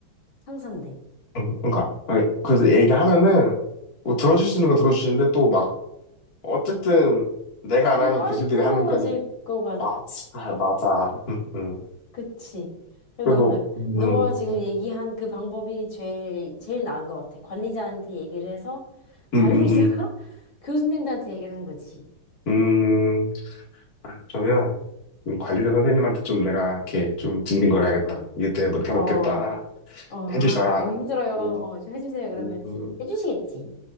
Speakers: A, on the left; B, on the left.
A: 상사인데.
B: 응, 응. 그러니까. 아니, 그래서 얘기하면은, 뭐 들어줄 수 있는 거 들어주시는데 또 막, 어쨌든 내가 안
A: 좀
B: 하면
A: 껄끄러워질
B: 교수님들이 하는 거니.
A: 것 같아.
B: 맞아, 맞아. 응, 응.
A: 그치. 그리고
B: 그래서,
A: 넌,
B: 음,
A: 너가 지금
B: 음,
A: 얘기한 그 방법이 제일, 제일 나은 것 같아. 관리자한테 얘기를 해서,
B: 음,
A: 관리자가 <laughs> 교수님들한테 얘기를 하는 거지.
B: 음, 음, 아, 그러면, 음, 관리자 선생님한테 좀 내가 이렇게 좀 징징거려야겠다.
A: 어,
B: 이게 때문에 못해 먹겠다.
A: 어, 어,
B: 해주셔라.
A: 아, 너무 힘들어요. 어,
B: 음,
A: 좀 해주세요. 그러면
B: 음, 음.
A: 해주시겠지.